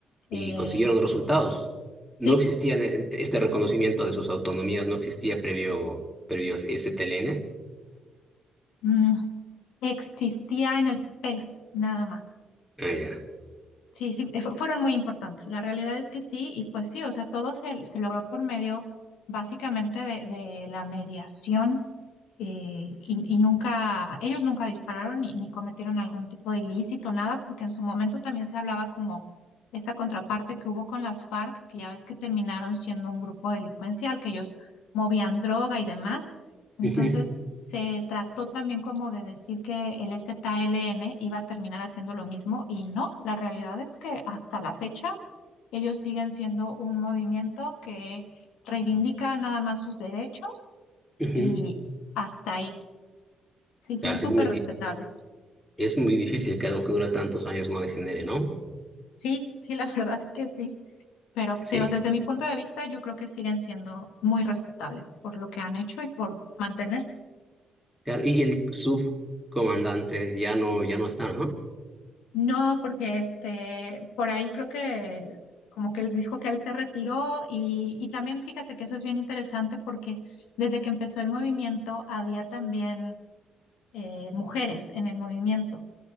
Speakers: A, on the left; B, in the centre.
A: Eh,
B: Y consiguieron resultados. No
A: sí,
B: existía eh, este reconocimiento de sus autonomías, no existía previo, previo a STLN.
A: mm, existía en el papel, nada más.
B: Ah, ya.
A: Sí, sí, eh, fu- fueron muy importantes. La realidad es que sí, y pues sí, o sea, todo se, se logró por medio básicamente de, de la mediación eh, y, y nunca, ellos nunca dispararon ni, ni cometieron algún tipo de ilícito, nada, porque en su momento también se hablaba como esta contraparte que hubo con las FARC, que ya ves que terminaron siendo un grupo delincuencial, que ellos movían droga y demás. Entonces
B: Ujú,
A: se trató también como de decir que el ZLN iba a terminar haciendo lo mismo y no, la realidad es que hasta la fecha ellos siguen siendo un movimiento que reivindica nada más sus derechos
B: ujú.
A: y hasta ahí. Sí, son
B: Claro,
A: súper
B: sí es muy,
A: respetables.
B: di- es muy difícil que algo que dura tantos años no degenere, ¿no?
A: Sí, sí, la <laughs> verdad es que sí, pero
B: Sí.
A: te digo, desde mi punto de vista yo creo que siguen siendo muy respetables por lo que han hecho y por mantenerse.
B: Claro, y el subcomandante ya no, ya no está, ¿no?
A: No, porque este, por ahí creo que como que él dijo que él se retiró y, y también fíjate que eso es bien interesante porque desde que empezó el movimiento había también eh, mujeres en el movimiento